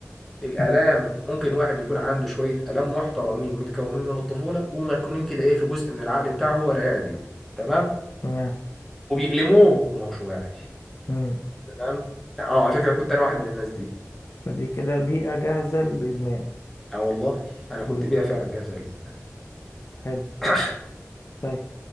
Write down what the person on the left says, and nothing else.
مم.
تمام
امم
فدي كده بيئة جاهزة للإدمان
امم
حلو
طيب